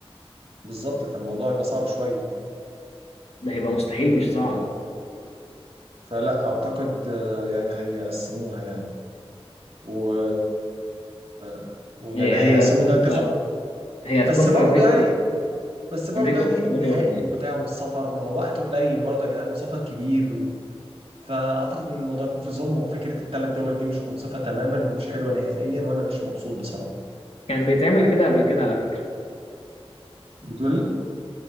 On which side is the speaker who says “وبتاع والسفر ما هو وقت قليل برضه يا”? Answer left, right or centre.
Right